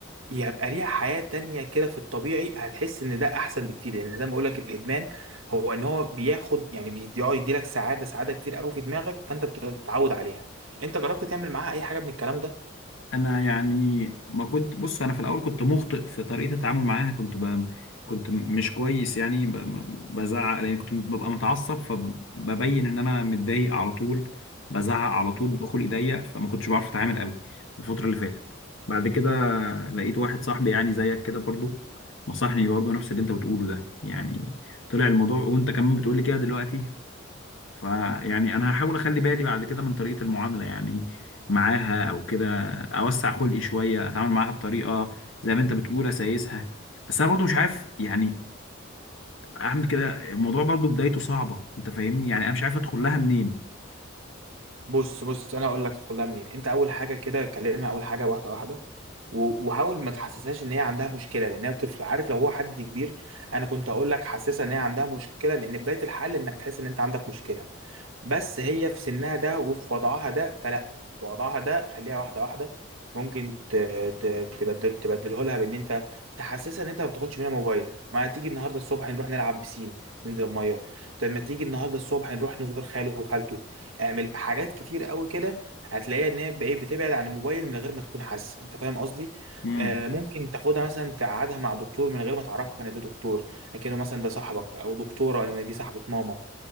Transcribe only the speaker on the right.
يبقى ليها حياة تانية كده في الطبيعي هتحس ان ده احسن بكتير لان زي ما بقولك الادمان هو ان هو بياخد يعني بيقعد يديلك سعادة سعادة كتير قوي في دماغك فانت بتتعود عليها انت جربت تعمل معاها اي حاجة من الكلام ده
بص بص انا هقول لك تدخلها منين انت اول حاجة كده كلمها اول حاجة واحدة واحدة و- وحاول ما تحسسهاش ان هي عندها مشكله لان هي طفله عارف لو هو حد كبير انا كنت اقول لك حسسها ان هي عندها مشكله لان بدايه الحل انك تحس ان انت عندك مشكله بس هي في سنها ده وفي وضعها ده فلا في وضعها ده خليها واحده واحده ممكن ت- ت- تبدل تبدله لها بان انت تحسسها ان انت ما بتاخدش منها موبايل ما تيجي النهارده الصبح نروح نلعب بسين ننزل الميه طب ما تيجي النهارده الصبح نروح نزور خاله وخالته اعمل حاجات كتير قوي كده هتلاقيها ان هي ب- ايه بتبعد عن الموبايل من غير ما تكون حاسه انت فاهم قصدي
آه ممكن تاخدها مثلا تقعدها مع دكتور من غير ما تعرفها ان ده دكتور لكنه مثلا ده صاحبك او دكتوره او إن دي صاحبه ماما